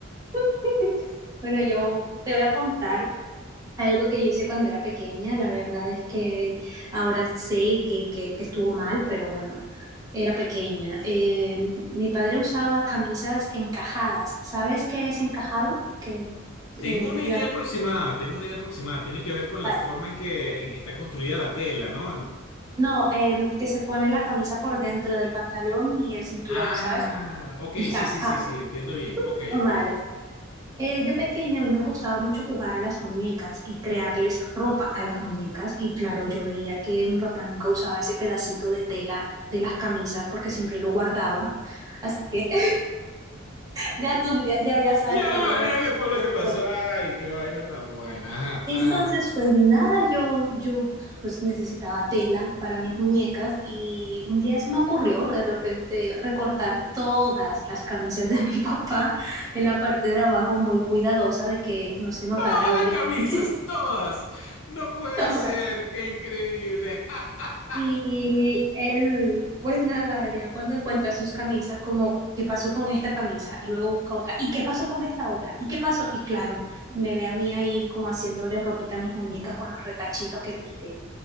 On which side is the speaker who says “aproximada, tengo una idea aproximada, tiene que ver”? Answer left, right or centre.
Left